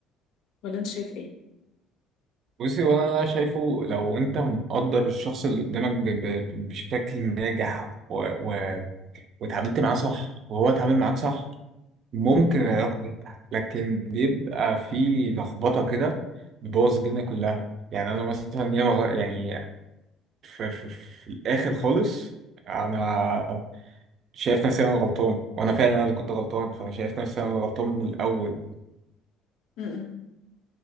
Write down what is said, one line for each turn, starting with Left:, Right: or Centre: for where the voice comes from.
Left: ولا انت شايف ايه
Right: بصي وأنا أنا شايفه لو أنت مقدر الشخص اللي قدامك ب ب بشكل ناجح و و واتعاملت معاه صح وهو اتعامل معاك صح ممكن
Left: مهم.
Right: العلاقة تنجح لكن بيبقى في لخبطة كده بتبوظ الدنيا كلها يعني أنا مثلا ياما غ- يعني في, في, في الآخر خالص أنا شايف نفسي انا غلطان وانا فعلا انا اللي كنت غلطان فانا شايف نفسي انا اللي غلطان من الاول
Left: مم.